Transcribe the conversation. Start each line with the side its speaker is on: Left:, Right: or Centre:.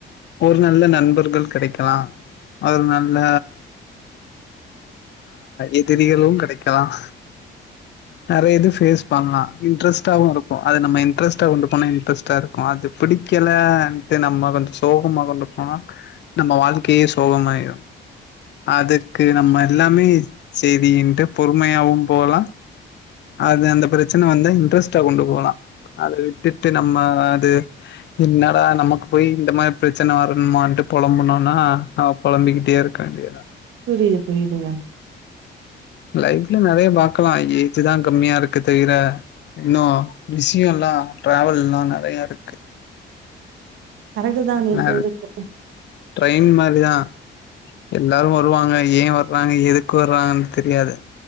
Left: ஒரு நல்ல நண்பர்கள் கிடைக்கும் கக்கலாம் ஒரு நல்ல எதிரிகளும் கிடைக்கலாம் நைய இது பேஸ் பண்ணலாம் இன்ட்ரெஸ்ட்டாவவும் இருக்கும் அதது நம்ம இன்ட்ரெஸ்ட்டா கொண்டு போனா இன்ட்ரெஸ்ட்டா இருக்கும் அது பிடிக்கலட்டு நம்ம கொஞ்சம் சோகமா கொண்டு போனா நம்ம வாழ்க்கையே சோகமாயிடும் அதுக்கு நம்ம எல்லாமே செய்தட்டு பொறுமை யாவும் போல அது அந்த பிரச்சனை வந்து இன்ட்ரெஸ்டா கொண்டு போலாம் அதை விட்டுட்டு நம்ம அது என்னடா நமக்கு போய் இந்த மாதிரி பிரச்சனை வரணுமட்டு புழம்புனும்னா அவ புழம்பிக்கிட்டே இருக்க வேண்டியதான்
Right: புரியுது புரியுதுங்க
Left: லைஃப்ல நிறைய பார்க்கலாம் ஏஜ் தான் கம்மியா இருக்கு தவிர இன்னும் பிஸியும் எல்லாம் டிராவல் எல்லாம் நிறைய இருக்கு
Right: கரெக்ட்டு தா நீங்க
Left: ந
Right: சொல்றது
Left: டிரைன் மாதிரிதான் எல்லாரும் வருவாங்க ஏன் வர்றாங்க எதுக்கு வர்றாங்கன்னு தெரியாது